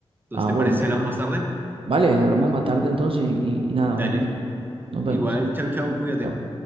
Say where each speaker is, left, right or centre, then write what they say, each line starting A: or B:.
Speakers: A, on the right (about 20°); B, on the right (about 60°).
A: Entonces,
B: Ah,
A: ¿te
B: bueno,
A: parece si hablamos más tarde?
B: vale, hablamos más tarde entonces y y nada,
A: Dale,
B: un gusto. Nos vemos.
A: igual, chau, chau, cuídate.
B: Chao.